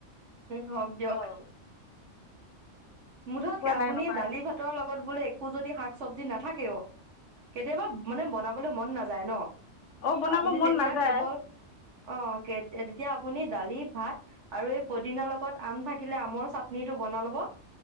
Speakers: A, on the right (about 70°); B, on the left (about 75°).
A: হওক দিয়ক
B: অ
A: মুঠত আপুনি
B: নাই নহয়
A: দালি ভাতৰ লগত ত বোলে একো যদি শাক চব্জি নাথাকেও কেতিয়াবা মানে বনাব বোলো মন নাযায় ন
B: অ বনাব
A: আপুনি
B: মন
A: তেতিয়া
B: নাযায়।
A: কেৱল অ কে তেতিয়া আপুনি দালি ভাত আৰু এই পদিনাৰ লগত আম থাকিলে আমৰ চাতনি চাতনিটো বনা ল'ব।